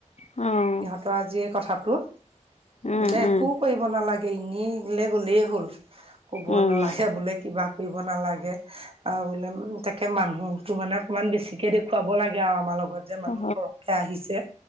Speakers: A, on the left; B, on the right.
A: উম।
B: তই আজি এই কথাটোত
A: উম
B: বোলে একো
A: উম
B: কৰিব নালাগে এনেই বোলে গ'লেই হ'ল ক'ব
A: উম
B: নালাগে বোলে কিবা কৰিব নালাগে আৰু বোলে তাকে মানুহতো মানে অকমান বেছিকে দেখুৱাই। দেখুৱাব লাগে আৰু আমাৰ লগত যে মানুহ
A: অ
B: সৰহকে আহিছে